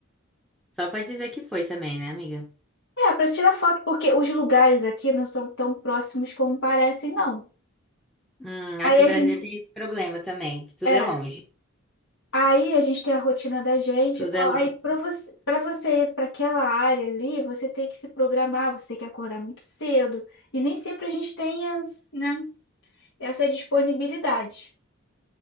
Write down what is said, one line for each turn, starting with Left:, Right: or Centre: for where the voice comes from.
Centre: Só pra dizer que foi também, né, amiga?
Left: É, para tirar foto, porque os lugares aqui não são tão próximos como parecem, não.
Centre: Hum,
Left: Aí
Centre: aqui em
Left: a
Centre: Brasília
Left: gente,
Centre: tem esse problema também, que tudo
Left: é,
Centre: é longe.
Left: aí a gente tem a rotina da gente
Centre: Tudo
Left: e tal.
Centre: é longe.
Left: Aí para você, para você ir para aquela área ali, você tem que se programar, você tem que acordar muito cedo. E nem sempre a gente tem, né, essa disponibilidade.